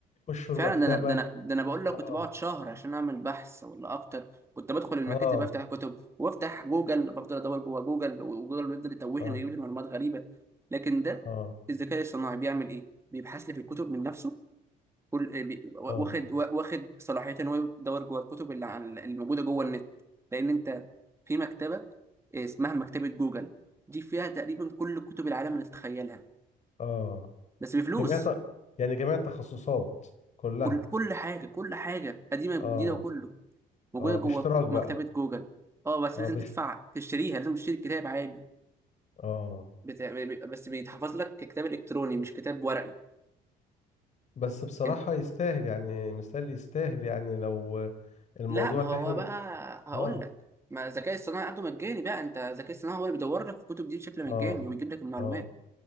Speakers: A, on the left; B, on the right.
A: يخشوا
B: فعلا
A: المكتبة
B: ده انا ده انا ده انا بقول لك
A: اه
B: كنت بقعد شهر عشان اعمل بحث ولا اكتر كنت بدخل المكاتب
A: اه
B: بفتح كتب وافتح جوجل بفضل ادور جوه جوجل وجوجل بيفضل يتوهني
A: اه
B: ويجيب لي معلومات غريبه لكن ده
A: اه
B: الذكاء الاصطناعي بيعمل ايه بيبحث لي في الكتب من نفسه كل آه، بي- واخد
A: اه
B: واخد صلاحيه ان هو يدور جوه الكتب اللي عن- الموجوده جوه النت لان انت في مكتبه اسمها مكتبه جوجل دي فيها تقريبا كل كتب العالم اللي تتخيلها
A: اه
B: بس بفلوس
A: جميع ت... يعني جميع التخصصات كلها
B: كل كل حاجة كل حاجة قديمة
A: اه
B: جديدة وكله موجودة
A: اه
B: جوه
A: باشتراك بقى
B: مكتبة جوجل اه بس
A: اه
B: لازم
A: بش
B: تدفع تشتريها لازم تشتري الكتاب عادي
A: اه
B: بت... بس بيتحفظ لك ككتاب إلكتروني مش كتاب ورقي
A: بس بصراحة
B: إن-
A: يستاهل يعني مثال يستاهل يعني لو الموضوع
B: لا ما
A: اللي
B: هو
A: احنا
B: بقى هقول
A: اه
B: لك ما الذكاء الصناعي عنده مجاني بقى انت الذكاء الصناعي هو اللي بيدور لك الكتب دي بشكل مجاني
A: اه
B: ويجيب لك المعلومات
A: اه